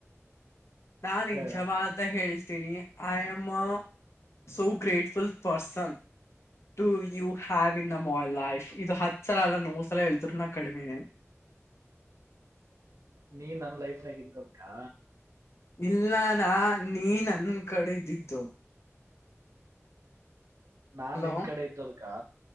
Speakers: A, on the left; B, on the right.
A: ನಾ ನಿಂಗ್
B: ಹೇಳ
A: ಶಬಾದ. ಅಂತ ಹೇಳ್ತೀನಿ I am a so grateful person. To you have in my life ಇದು ಹತ್ತ ಸಲಾ ಅಲ್ಲ ನೋರ ಸಲಾ ಹೇಳಿದ್ರೂ ನಾ ಕಡಿಮಿನೆ. <inaudible>
B: ನೀ ನನ್ ಲೈಫ್ನಾಗ ಇತ್ತೋಕಾ.
A: ಇಲ್ಲ ನಾ ನೀ ನನ್ನ್ ಕಡೆ ದ್ದಿದ್ದು.
B: ನಾ
A: ಹಲೋ
B: ನಿನ್ನ ಕಡೆ ಇದ್ದುದ್ದಕಾ.